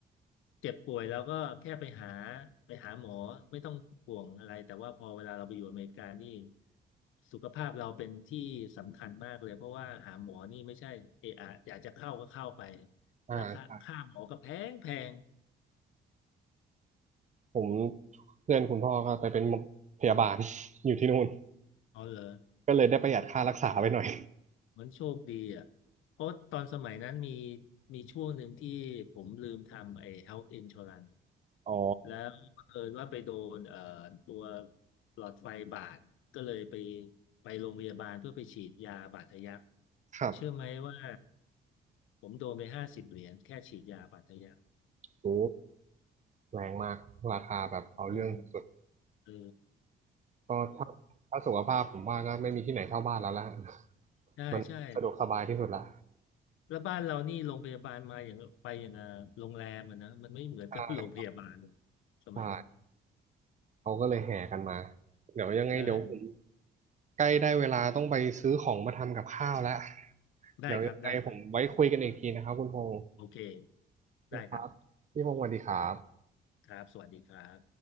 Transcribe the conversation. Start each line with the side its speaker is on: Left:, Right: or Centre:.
Left: เจ็บป่วยเราก็แค่ไปหาไปหาหมอไม่ต้องห่วงอะไรแต่ว่าพอเวลาเราไปอยู่อเมริกานี่สุขภาพเราเป็นที่สำคัญมากเลยเพราะว่าหาหมอนี่ไม่ใช่เอะอะอยากจะเข้าก็เข้าไป
Right: อ่าครับ
Left: ราคาค่าหมอก็แพงแพง
Right: ผมเพื่อนคุณพ่อก็ไปเป็นพยาบาล <laughs> อยู่ที่นู่น
Left: อ๋อเหรอ
Right: ก็เลยได้ประหยัดค่ารักษาไปหน่อย
Left: มันโชคดีอ่ะเพราะตอนสมัยนั้นมีมีช่วงหนึ่งที่ผมลืมทำไอ้ health insurance
Right: <laughs> อ๋อ
Left: แล้วเผอิญว่าไปโดนเอ่อตัวหลอดไฟบาดก็เลยไปไปโรงพยาบาลเพื่อไปฉีดยาบาดทะยัก
Right: ครับ
Left: เชื่อไหมว่าผมโดนไปห้าสิบเหรียญแค่ฉีดยาบาดทะยัก
Right: โอ้แรงมากราคาแบบเอาเรื่องสุด
Left: หนึ่งเออ
Right: ก็ถ้าถ้าสุขภาพผมว่าก็ไม่มีที่ไหนเท่าบ้านแล้วละ <laughs>
Left: ใช่ใช่
Right: มันสะดวกสบายที่สุดละ
Left: แล้วบ้านเรานี่โรงพยาบาลมาอย่างไปอย่างอ่ะโรงแรมอ่ะนะมันไม่เหมือนกับ
Right: ใช่
Left: <laughs> โรงพยาบาลสมัยนี้
Right: ใช่เขาก็เลยแห่กันมา เดี๋ยวยังไงเดี๋ยวผม
Left: ใช่
Right: ใกล้ได้เวลาต้องไปซื้อของมาทำกับข้าวแล้ว
Left: ได้ครับได้ครับ
Right: เดี๋ยวยังไงผมไว้คุยกันอีกทีนะครับคุณพงศ์
Left: โอเค
Right: นี่ครับพี่พงศ์สวัสดีครับ
Left: ได้ครับครับสวัสดีครับ